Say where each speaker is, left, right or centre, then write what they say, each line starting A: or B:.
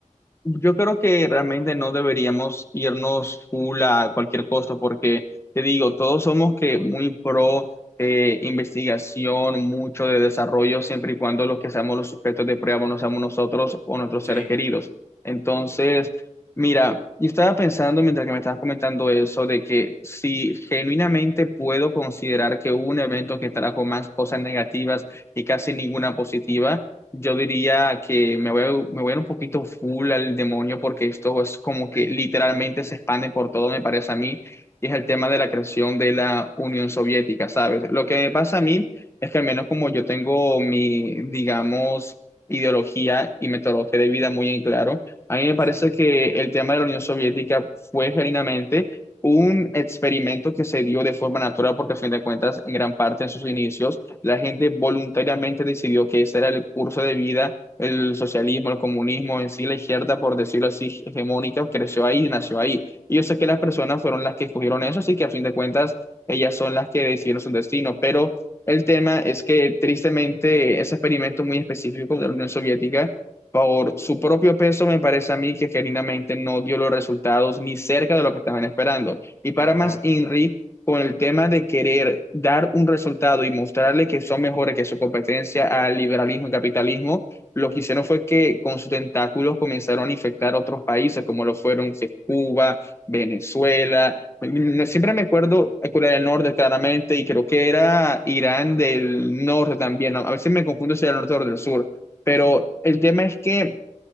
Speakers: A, on the left; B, on the left.
A: Yo creo que realmente no deberíamos irnos full a cualquier costo porque, te digo, todos somos que muy pro eh, investigación, mucho de desarrollo, siempre y cuando los que seamos los sujetos de prueba no seamos nosotros o nuestros
B: Sí,
A: seres queridos. Entonces, mira, yo estaba pensando mientras que me estabas comentando eso, de que si genuinamente puedo considerar que hubo un evento que trajo más cosas negativas y casi ninguna positiva, Yo diría que me voy, a- me voy a ir un poquito full al demonio porque esto es como que literalmente se expande por todo, me parece a mí, y es el tema de la creación de la Unión Soviética, ¿sabes? Lo que me pasa a mí es que al menos como yo tengo mi, digamos, ideología y metodología de vida muy en claro, a mí me parece
B: Sí.
A: que el tema de la Unión Soviética fue genuinamente un experimento que se dio de forma natural porque a fin de cuentas, en gran parte en sus inicios, la gente voluntariamente decidió que ese era el curso de vida, el socialismo, el comunismo, en sí la izquierda, por decirlo así, hegemónica, creció ahí, nació ahí. Y yo sé que las personas fueron las que escogieron eso, así que a fin de cuentas ellas son las que decidieron su destino. Pero el tema es que tristemente ese experimento muy específico de la Unión Soviética, por su propio peso, me parece a mí que genuinamente no dio los resultados ni cerca de lo que estaban esperando. Y para
B: no, claro.
A: más, INRI con el tema de querer dar un resultado y mostrarle que son mejores que su competencia al liberalismo y capitalismo, lo que hicieron fue que con sus tentáculos comenzaron a infectar otros países, como lo fueron que es Cuba, Venezuela. No- Siempre me acuerdo a Corea del Norte claramente y creo que era Irán del Norte también. ¿no? A veces me confundo si era del norte o del sur, pero
B: Ujú,
A: el tema es que